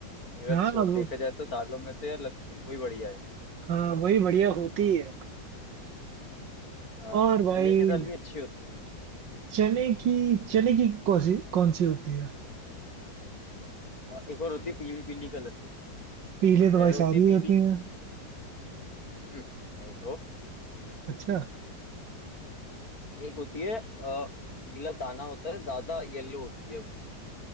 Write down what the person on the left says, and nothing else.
अगर
सो
देखा जाए तो दालों में तो यार लगती वही बढ़िया है
हाँ
चने की दाल भी अच्छी होती है
अ, एक और होती है पीली पीली कलर की
अरहर
होती
है पीली
<clears throat> नहीं तो
एक होती है अ, पीला दाना होता है ज्यादा येलो होती है वो